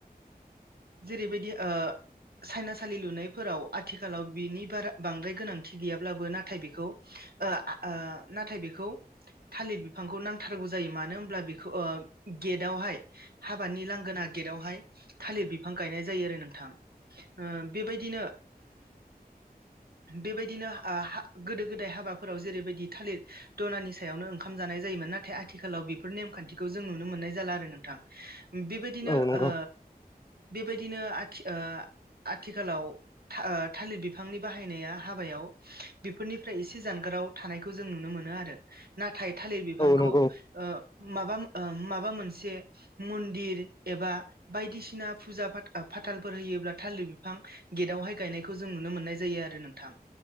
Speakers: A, on the right; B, on the left.
A: जेरैबायदि ओ सायनासालि लुनायफोराव आथिखालाव बिनि बारा बांद्राय गोनांथि गैयाब्लाबो नाथाय बेखौ ओ-ओ नाथाय बेखौ थालिर बिफांखौ नांथारगौ जायो मानो होनोमब्ला बेखौ गेटावहाय हाबानि लांगोना गेटआवहाय थालिर बिफां गायनाय जायो आरो नोंथां ओ बेबायदिनो बेबायदिनो आ हा गोदो गोदाय हाबाफोराव जेरैबायदि थालिर दनानि सायावनो ओंखाम जानाय जायोमोन नाथाय आथि। आथिखालाव बेफोर नेमखान्थिखौ जों नुनो मोननाय जाला आरो नोंथां बेबायदिनो
B: औ नंगौ
A: ओ। बेबायदिनो आथि ओ आथिखालाव थालिर बिफ। बिफांनि बाहायनाया हाबायाव। बेफोरनिफ्राय एसे जानगाराव थानायखौ जों नुनो मोनो आरो नाथाय थालिर बिफांखौ
B: औ नंगौ
A: ओ। माबा माबा मोनसे मन्दिर एबा। बायदिसिना फुजा फाथालफोर होयोब्ला थालिर बिफां गेटावहाय गायनायखौ जों नुनो मोननाय जायो आरो। दे नोंथां